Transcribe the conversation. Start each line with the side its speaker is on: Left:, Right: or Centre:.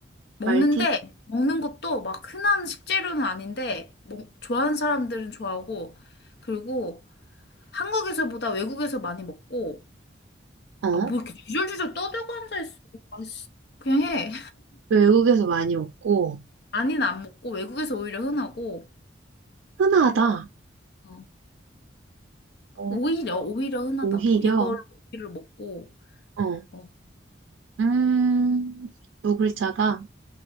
Left: 먹는데,
Right: 말티,
Left: 먹는 것도 막 흔한 식재료는 아닌데, 먹, 좋아하는 사람들은 좋아하고, 그리고 한국에서보다 외국에서 많이 먹고,
Right: 어?
Left: 아, 뭐 이렇게 주절주절 떠들고 앉아있어. 아있어 그냥 해.
Right: 외국에서 많이 먹고
Left: 많이는 안 먹고 외국에서 오히려 흔하고
Right: 흔하다.
Left: 어,
Right: 어,
Left: 오히려
Right: 어,
Left: 오히려 흔하다고
Right: 오히려,
Left: 이걸 고기를 먹고
Right: 어,
Left: 어,
Right: 음, 두 글자다.